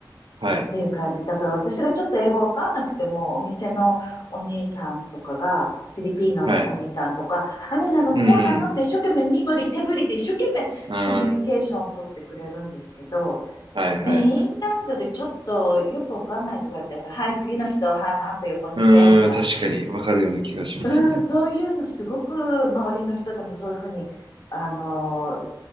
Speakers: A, on the right; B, on the left.
A: はい。
B: っていう感じ。だから私がちょっと英語わかんなくても、お店のお姉ちゃんとかが、フィリピーノのお姉ちゃんとか、
A: はい。
B: あれなの、
A: うん
B: こうなのって一生懸命身振り手振りで一生懸命コミュニケーションを取ってくれるんですけど、
A: うん。ああ、はいはいはい。
B: メインランドでちょっとよくわかんないとかって、はい、次の人、はい、あんた横に来て、
A: うーん、
B: みたいな。
A: 確かにわかるような気がしますね。
B: うん、そういうのすごく周りの人でもそういうふうに、あの